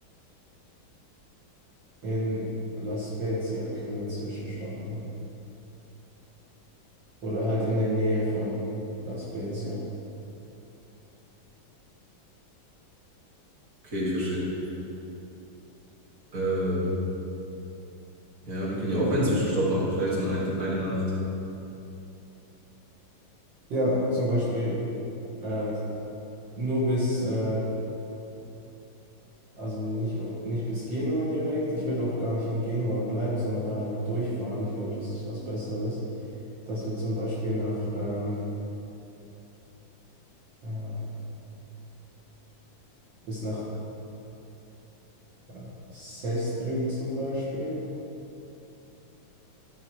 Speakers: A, on the right; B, on the right.
A: In La Spezia können wir Zwischenstopp machen. Oder halt in der Nähe von La Spezia.
B: Okay, ich verstehe. Äh, ja, wir können ja auch einen Zwischenstopp machen, vielleicht so eine, eine Nacht.
A: Ja, zum Beispiel äh, Nur bis, äh, also nicht, nicht bis Genua direkt. Ich würde auch gar nicht in Genua bleiben, sondern da halt durchfahren. Ich glaube, das ist was Besseres. Dass wir zum Beispiel nach, ähm, äh, bis nach äh, Sestri zum Beispiel.